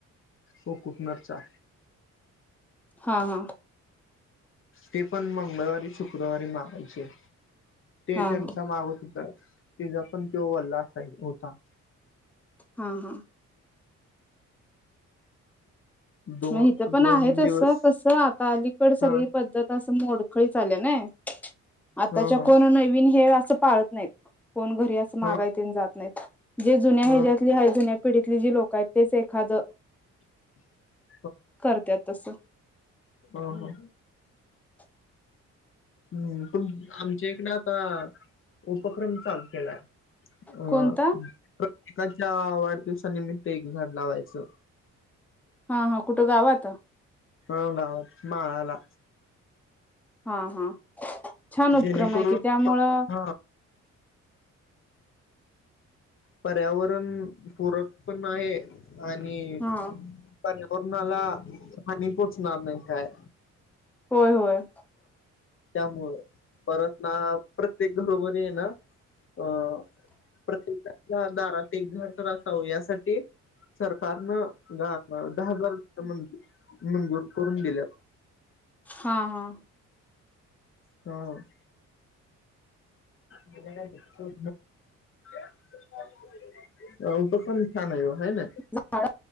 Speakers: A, on the left (about 45°); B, in the centre.
A: को कुटणारचा.
B: हा हा.
A: ते पण मंगळवारी शुक्रवारी मागायचे. ते
B: हा
A: त्यांचा
B: हा
A: माग सुद्धाये. तिचा पण तो वल्लास आहे, होता.
B: हा हा.
A: दोन
B: मग इथं पण
A: दोन
B: आहे तसं.
A: दिवस
B: कसं आता अलीकड सगळी
A: हा
B: पद्धत असं मोड खळी चाल्या ना. आताच्या
A: हा हा
B: कोण नवीन हे असं पाळत नाहीत. कोण घरी असं मागायन
A: हा
B: जात नाहीत. जे जुन्या
A: हा
B: ह्याच्या्यातली हाय. जुन्या पिढीतली जी लोकं आहेत तेच एखाद
A: <unintelligible>
B: करत्यात तसं.
A: हो हो.
B: <inaudible>
A: हम्म. तूम आमच्या इकडे आता उपक्रम चालू केलाय. अ
B: कोणता
A: प्रत्यकाच्या वाढदिवसानिमित्त. एक झाड लावायचं.
B: हा हा कुठं गावात.
A: हो गावात माळाला.
B: हा हा छान उपक्रम
A: जेणेकरून
B: आहे की, त्यामुळं
A: हा पर्यावरण पूरक पण आहे. आणि
B: हा
A: कोणाला हानी पोचणार नाही. काय?
B: होय होय.
A: त्यामुळे परत ना प्रत्येक घरोबरीय ना. अ. प्रत्येकाच्या. दारात एक घर तर असावं. यासाठी सरकारनं गा दहा हजार <unintelligible> मंजूर करून दिल्यात.
B: हा हा.
A: ह. म्ह काय <inaudible> अ उपक्रम छान हाय हो. हाय ना.
B: झाड